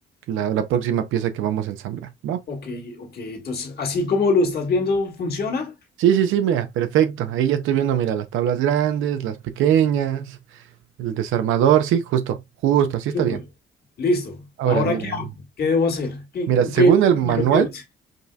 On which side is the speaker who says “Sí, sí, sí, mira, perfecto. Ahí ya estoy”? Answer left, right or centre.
Right